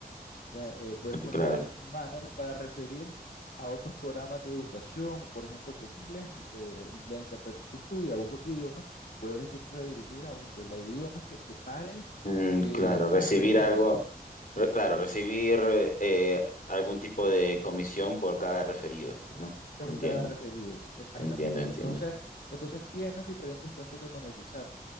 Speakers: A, on the left; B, on the left.
A: Ya, eh, puedes poner
B: claro.
A: el banner para referir a otros programas de educación, o por ejemplo, si es inglés, eh, la interpretación tuya o es otro idioma, puedes di- redirigir a una escuela de idiomas que te pague
B: Mm,
A: eh,
B: claro, recibir
A: un referral
B: algo, re- claro, recibir eh, algún tipo de comisión por cada referido, ¿no?
A: por
B: Entiendo,
A: cada referido, exactamente.
B: entiendo, entiendo.
A: Entonces, entonces tienes diferentes fuentes de monetizar.